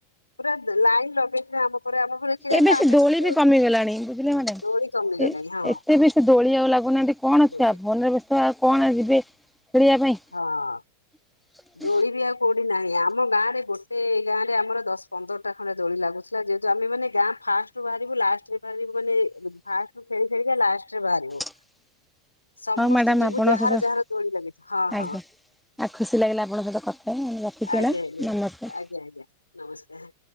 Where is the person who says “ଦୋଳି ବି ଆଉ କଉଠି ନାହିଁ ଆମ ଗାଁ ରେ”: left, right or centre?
Left